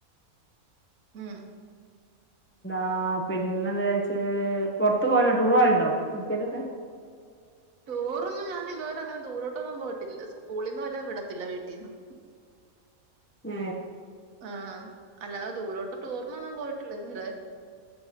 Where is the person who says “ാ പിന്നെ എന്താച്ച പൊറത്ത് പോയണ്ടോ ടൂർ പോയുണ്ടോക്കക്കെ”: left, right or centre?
Left